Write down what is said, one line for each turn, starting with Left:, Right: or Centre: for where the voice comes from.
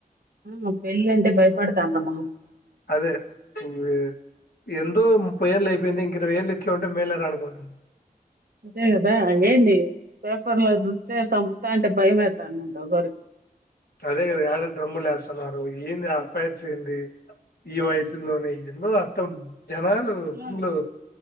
Right: ఆ పెళ్ళి అంటే భయపడతాండమ
Left: అదే ఇపుడే ఎందో ముప్పై ఏళ్ళు అయిపోయింది ఇంక ఇరవై ఏళ్ళు ఇట్లా ఉంటే మేలరా అనుకుంటాన్న
Right: అదే కదా ఏంది పేపర్ లో చూస్తే చంపుతాంటే భయం అయితాంది ఒకరికి
Left: అదే కదా యాడ డ్రమ్ములు వేస్తున్నారు ఏంది ఆఫైర్ ఏంది ఈ వయసు లోనే ఎన్నో తమ్ జనాలు
Right: ఆ
Left: ఫుల్లు